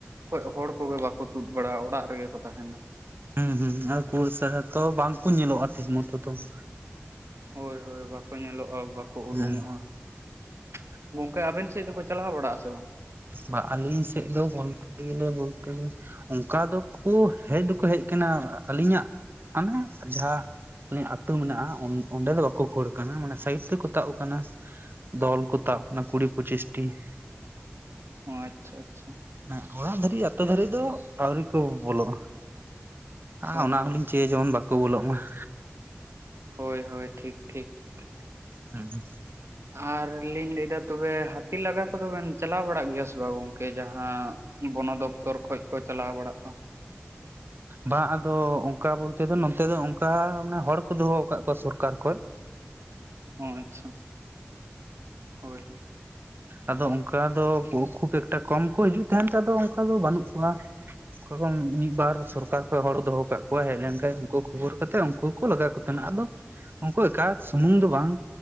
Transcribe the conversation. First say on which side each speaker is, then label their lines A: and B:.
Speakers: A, on the right; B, on the right.
A: ᱠᱷᱚᱡ ᱦᱚᱲ ᱠᱚᱜᱮ ᱵᱟᱠᱚ ᱛᱩᱫ ᱵᱟᱲᱟᱜᱼᱟ ᱚᱲᱟᱜ ᱨᱮᱜᱮ ᱠᱚ ᱛᱟᱦᱮᱱᱟ ᱾
B: ᱦᱩᱸ ᱦᱩᱸ, ᱟᱨ ᱠᱞᱥ ᱛᱚ ᱵᱟᱝᱠᱚ ᱧᱮᱞᱚᱜᱼᱟ ᱴᱷᱤᱠ ᱢᱚᱛᱚ ᱛᱚ ᱾
A: ᱦᱳᱭ ᱦᱳᱭ, ᱵᱟᱠᱚ ᱧᱮᱞᱚᱜᱼᱟ ᱵᱟᱠᱚ
B: ᱦᱮᱸ
A: ᱩᱨᱩᱢᱚᱜᱼᱟ ᱾ ᱜᱚᱝᱠᱮ, ᱟᱵᱮᱱ ᱥᱮᱫ ᱫᱚᱠᱚ ᱪᱟᱞᱟᱣ ᱵᱟᱲᱟᱜ ᱟ ᱥᱮ ᱵᱟᱝ?
B: ᱵᱟ ᱟᱹᱞᱤᱧ ᱥᱮᱫ ᱫᱚ ᱵᱚᱞᱛᱮ ᱜᱮᱞᱮ ᱵᱚᱞᱛᱮ ᱚᱱᱠᱟ ᱫᱚᱠᱚ ᱦᱮᱡ ᱫᱚᱠᱚ ᱦᱮᱡ ᱟᱠᱟᱱᱟ, ᱟᱹᱞᱤᱧᱟᱜ ᱟᱱᱮ ᱡᱟᱦᱟᱸ ᱟᱞᱮ ᱟᱹᱛᱩ ᱢᱮᱱᱟᱜᱼᱟ ᱚᱸᱰᱮ ᱫᱚ ᱵᱟᱠᱚ ᱠᱷᱚᱲ ᱟᱠᱟᱱᱟ ᱢᱟᱱᱮ ᱥᱟᱭᱤᱰ ᱛᱮᱠᱚ ᱛᱟᱵ ᱟᱠᱟᱱᱟ ᱾ ᱫᱚᱞ ᱠᱚ ᱛᱟᱵ ᱟᱠᱟᱱᱟ ᱠᱩᱲᱤ ᱯᱚᱪᱤᱥᱴᱤ ᱾
A: ᱚ, ᱟᱪᱪᱷᱟ ᱟᱪᱪᱷᱟ ᱾
B: ᱦᱮᱸ, ᱚᱲᱟᱜ ᱫᱷᱟᱹᱨᱤᱡ ᱟᱛᱳ ᱫᱷᱟᱹᱨᱤᱡ ᱫᱚ ᱟᱹᱣᱨᱤ ᱠᱚ ᱵᱚᱞᱚᱜᱼᱟ ᱟᱨ
A: ᱦᱳᱭ
B: ᱚᱱᱟ
A: ᱦᱳᱭ
B: ᱦᱚᱞᱤᱧ ᱪᱟᱹᱭᱟ ᱡᱮᱢᱚᱱ ᱵᱟᱠᱚ ᱵᱚᱞᱚᱜ ᱢᱟ ᱾
A: ᱦᱳᱭ ᱦᱳᱭ, ᱴᱷᱤᱠ ᱴᱷᱤᱠ ᱾
B: ᱦᱩᱸ ᱦᱩᱸ ᱦᱩᱸ ᱾
A: ᱟᱨ ᱞᱤᱧ ᱞᱟᱹᱭ ᱮᱫᱟ ᱛᱚᱵᱮ ᱦᱟᱹᱛᱤ ᱞᱟᱜᱟ ᱠᱚᱫᱚ ᱵᱮᱱ ᱪᱟᱞᱟᱣ ᱵᱟᱲᱟᱜ ᱜᱮᱭᱟ ᱥᱮ ᱵᱟᱝ? ᱜᱚᱝᱠᱮ ᱡᱟᱦᱟᱸ ᱵᱚᱱᱚᱫᱯᱛᱚᱨ ᱠᱷᱚᱡ ᱠᱚ ᱪᱟᱞᱟᱣ ᱵᱟᱲᱟᱜᱼᱟ ᱾
B: ᱵᱟᱝ ᱟᱫᱚ ᱚᱱᱠᱟ ᱵᱚᱞᱛᱮ ᱫᱚ ᱱᱚᱛᱮ ᱫᱚ ᱚᱱᱠᱟ ᱢᱟᱱᱮ ᱦᱚᱲ ᱠᱚ ᱫᱚᱦᱚ ᱟᱠᱟᱫ ᱠᱚᱣᱟ ᱥᱚᱨᱠᱟᱨ ᱠᱷᱚᱡ ᱾
A: ᱚ ᱟᱪᱪᱷᱟ, ᱦᱳᱭ ᱦᱳᱭ ᱾
B: ᱟᱫᱚ ᱚᱱᱠᱟ ᱫᱚ ᱠᱷᱩᱵ ᱮᱠᱴᱟ ᱠᱚᱢ ᱠᱚ ᱦᱤᱡᱩᱜ ᱛᱟᱦᱮᱱ ᱛᱮ ᱟᱫᱚ ᱚᱱᱠᱟ ᱫᱚ ᱵᱟᱹᱱᱩᱜ ᱠᱚᱣᱟ ᱾ ᱚᱠᱟ ᱢᱤᱫ ᱵᱟᱨ ᱥᱚᱨᱠᱟᱨ ᱠᱷᱚᱡ ᱦᱚᱲ ᱫᱚᱦᱚ ᱠᱟᱜ ᱠᱚᱣᱟ ᱦᱮᱡ ᱞᱮᱱ ᱠᱷᱟᱡ ᱩᱱᱠᱩ ᱠᱷᱚᱵᱚᱨ ᱠᱟᱛᱮ ᱩᱱᱠᱩ ᱠᱚ ᱞᱟᱜᱟ ᱠᱟᱱᱟ ᱟᱫᱚ ᱩᱱᱠᱩ ᱮᱠᱟ ᱥᱩᱢᱩᱝ ᱫᱚ ᱵᱟᱝ,